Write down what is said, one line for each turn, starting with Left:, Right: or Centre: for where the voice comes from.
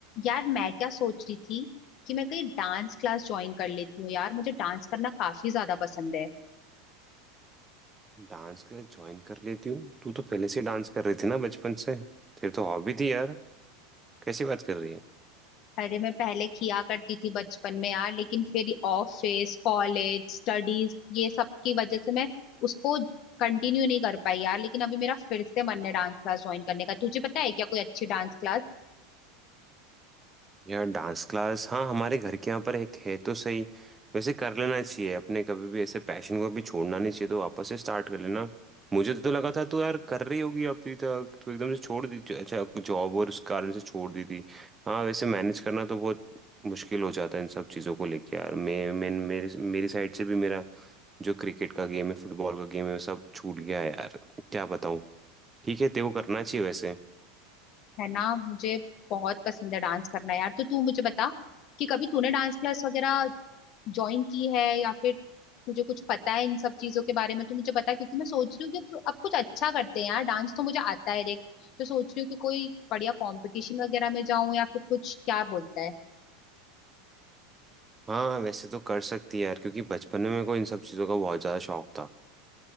Left: यार मैं क्या सोच रही थी कि मैं कहीं डांस क्लास ज्वाइन कर लेती हूँ यार मुझे डांस करना काफी ज्यादा पसंद है
Right: Dance के लिए join कर लेती हूँ तू तो पहले से डांस कर रही थी ना बचपन से तेरी तो हॉबी थी यार कैसी बात कर रही है
Left: अरे मैं पहले किया करती थी बचपन में यार लेकिन फिर ऑफिस कॉलेज स्टडीज ये सब की वजह से मैं उसको कंटिन्यू नहीं कर पाई यार लेकिन अभी मेरा फिर से मन है डांस क्लास ज्वाइन करने का तुझे पता है क्या कोई अच्छी डांस क्लास
Right: यार डांस क्लास हाँ हमारे घर के यहाँ पर एक है तो सही वैसे कर लेना चाहिए अपने कभी भी ऐसे पैशन को भी छोड़ना नहीं चाहिए तो वापस से स्टार्ट कर लेना मुझे तो लगा था तो यार कर रही होगी अभी तक तो एकदम से छोड़ दी अच्छा जॉब और उस कारण से छोड़ दी थी हाँ वैसे मैनेज करना तो बहुत मुश्किल हो जाता है इन सब चीज़ों को लेके यार मैं मैं मेरे मेरी साइड से भी मेरा जो क्रिकेट का गेम है फुटबॉल का गेम है वो सब छूट गया है यार क्या बताऊँ ठीक है तेरे को करना चाहिए वैसे
Left: है ना मुझे बहुत पसंद है डांस करना यार तो तू मुझे बता कि कभी तूने डांस क्लास वगैरह ज्वाइन की है या फिर तुझे कुछ पता है इन सब चीजों के बारे में तो मुझे बता क्योंकि मैं सोच रही हूँ कि अब कुछ अच्छा करते हैं यार डांस तो मुझे आता है देख तो सोच रही हूँ कि कोई बढ़िया कंपटीशन वगैरह में जाऊं या फिर कुछ क्या बोलता है
Right: हाँ वैसे तो कर सकती है यार क्योंकि बचपन में मेरे को इन सब चीज़ों का बहुत ज़्यादा शौक था